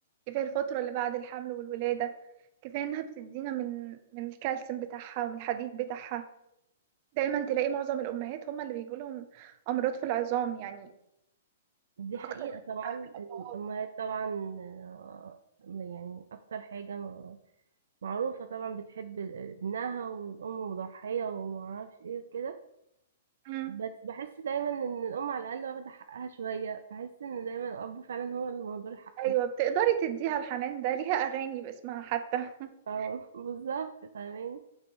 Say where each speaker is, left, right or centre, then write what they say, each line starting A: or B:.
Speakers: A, on the right (about 45°); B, on the right (about 65°).
A: كفايه الفتره اللي بعد الحمل والولاده كفايه انها بتدينا من من الكالسيوم بتاعها ومن الحديد بتاعها دايما تلاقي معظم الامهات هم اللي بيجوا لهم امراض في العظام يعني
B: دي حقيقة
A: اكتر من
B: طبعا
A: آه، من الابهات
B: الامهات طبعا آه، يعني اكتر حاجة م- معروفة طبعا بتحب ال- ابنها والام مضحية ومعرفش ايه وكده
A: امم
B: بس بحس دايما ان الام على الاقل واخدة حقها شوية بحس ان دايما الاب فعلا هو اللي مهدور حقه
A: ايوه بتقدري تديها الحنان ده ليها اغاني باسمها حتى <laughs>
B: اه <laughs> بالظبط فاهماني